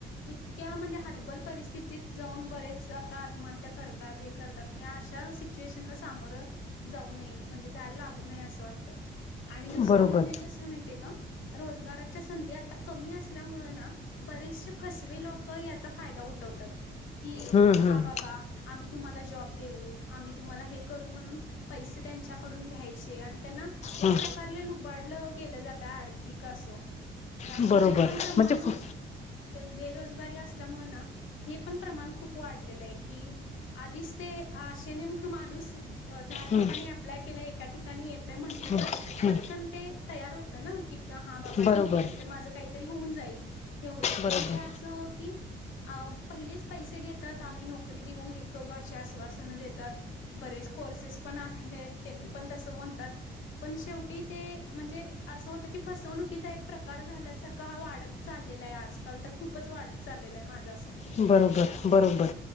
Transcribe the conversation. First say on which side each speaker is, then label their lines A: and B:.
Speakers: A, on the left; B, on the left.
A: इतक्या म्हणजे. हातबल परिस्थितीत जाऊन बरेच आता आत्महत्या करतात हे करतात हे आश शा सिच्युएशन ला सामोर जाऊ नये म्हणजे जायला लागू नये. नये आसं वाटतं आणि दुसरं
B: बरोबर.
A: म्हणजे कसय माहितीय का रोजगार च्या संधी आता कमी असल्यामुळं ना बरेचं से फसवे लोकं याचा फायदा उठवतात की
B: हम्म
A: हा
B: हम्म
A: बाबा आम्ही तुम्हाला जॉ जॉब देऊ, आम्ही तुम्हाला हे करू म्हणून पैसे त्यांच्याडून घ्यायचे आणि त्यांना
B: हम्म
A: एक प्रकारले लुबाडलं गेल जातंय आर्थिक आसं. त्यामुळे
B: बरोबर
A: हे पण प्रमाण
B: म्हणजे फु-
A: बेरोजगारी असल्यामुळे ना हे पण प्रमाण खप वाढलेलं आहे की आधीच ते असशेने माणूस दहा
B: हं,
A: ठिकाणी अप्लाय केलं एका ठिकाणी येतं म्हंटलं
B: हं,
A: तर
B: हं.
A: पटकन ते तयार होतं ना की. हा बाबा
B: बरोबर
A: ठीक आहे इथं माझं काहीतरी होऊन जाईल हे होईल
B: बरोबर
A: पण ते असं की अ पहिलेच पैसे घेत. आमही नोकरी देऊू हे करु असे आश्वासन देतात बरेच कोर्सेस पण आ. पण त म्हणतात पण शेवटी ते म्हणजे असं होत की फसवणुचा एक प्रकार झाला. हा वात चाल आजल तर खूपच वात चालला आहे माझा..
B: बरोबर बरोबर.